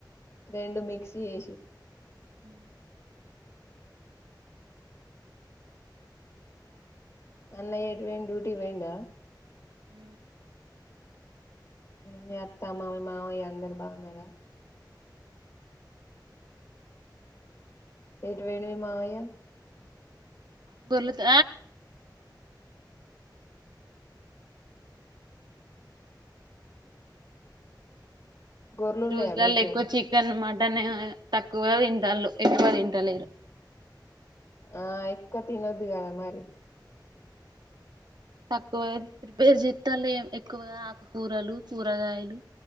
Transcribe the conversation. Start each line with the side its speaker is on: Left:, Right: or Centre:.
Left: రెండు మిక్స్ చేసి
Right: హ
Left: అన్నయ్య ఎటు వొయిండు డ్యూటీ వేంట
Right: హ
Left: మీ అత్త మీ మావయ అందరు బాగున్నారా ఏదివేణు ఈ మావయ
Right: బర్లుత
Left: గొర్లు
Right: ఈ
Left: ఉన్నాయా
Right: రోజులలో
Left: మీకు
Right: ఎక్కువ చికెన్ అనమాట వెంటనే తక్కువ తింటాల్లు ఎక్కువ తింటలేరు
Left: ఆ ఎక్కువ తినొద్ కదా మరి
Right: తక్కువపేరు చిత్తాలు ఎక్కువగా ఆకుకూరలు కూరగాయలు